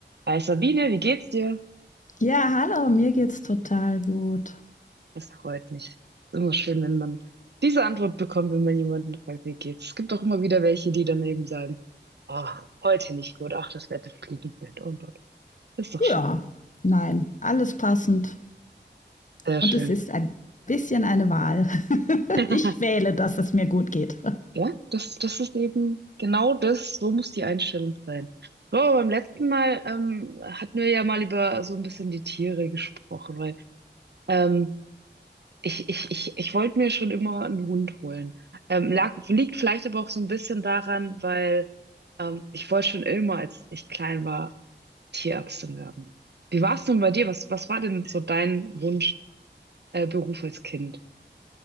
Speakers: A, on the right; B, on the left.
A: Hi Sabine, wie geht's dir?
B: Ja, hallo, mir geht's total gut.
A: Das freut mich. Ist immer schön, wenn man diese Antwort bekommt, wenn man jemanden fragt, wie geht's. Es gibt auch immer wieder welche, die dann eben sagen, ach, heute nicht gut, ach, das Wetter fliegt nicht mit und und. Das ist doch schön.
B: Ja, nein, alles passend.
A: Sehr
B: Und
A: schön.
B: es ist ein bisschen eine Wahl. <laughs>
A: <laughs>
B: Ich wähle, dass es mir gut geht.
A: Ja, das, das ist eben genau das, so muss die Einstellung sein. So, aber beim letzten Mal ähm, hatten wir ja mal über so ein bisschen die Tiere gesprochen, weil ähm, Ich, ich, ich, ich wollte mir schon immer einen Hund holen. Ähm, lag, liegt vielleicht aber auch so ein bisschen daran, weil ähm, ich wollte schon immer, als ich klein war, Tierärztin werden. Wie war es denn bei dir? Was, was war denn so dein Wunsch, äh, Beruf als Kind?